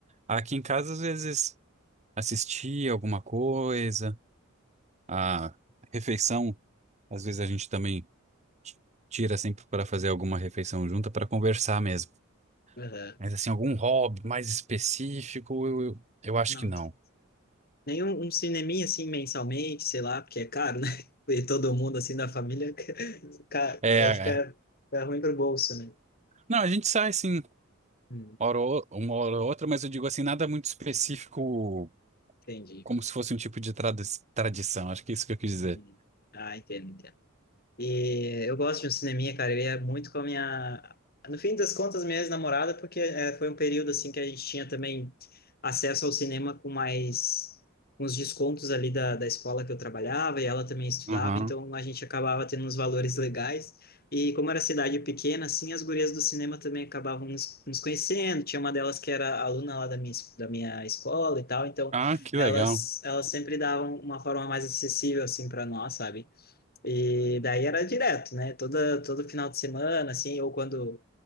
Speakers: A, on the right; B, on the left.
A: Aqui em casa, às vezes, assistir alguma coisa, a refeição, às vezes a gente também t- tira sempre para fazer alguma refeição junta para conversar mesmo.
B: Aham.
A: Mas assim, algum hobby mais específico, eu, eu eu acho
B: Não,
A: que não.
B: t- nenhum um cineminha assim mensalmente, sei lá, porque é caro, né? <laughs> E todo mundo assim da família, <laughs> ca-
A: É,
B: aí fica,
A: é.
B: fica ruim pro bolso, né?
A: não, a gente sai assim,
B: Hum,
A: hora ou- uma hora ou outra, mas eu digo assim, nada muito específico
B: entendi.
A: como se fosse um tipo de tradi- tradição, acho que é isso que eu quis dizer.
B: Uhum. Ah, entendo, entendo. E eu gosto de um cineminha, cara. Eu ia muito com a minha. No fim das contas, minha ex-namorada, porque é, foi um período assim que a gente tinha também acesso ao cinema com mais uns descontos ali da, da escola que eu trabalhava e ela também estudava,
A: Aham.
B: então a gente acabava tendo uns valores legais. E como era cidade pequena, assim, as gurias do cinema também acabavam nos, nos conhecendo. Tinha uma delas que era aluna lá da minha, es- da minha escola e tal, então
A: Ah, que
B: elas,
A: legal.
B: elas sempre davam uma forma mais acessível assim para nós, sabe? E daí era direto, né? Toda, todo final de semana, assim, ou quando.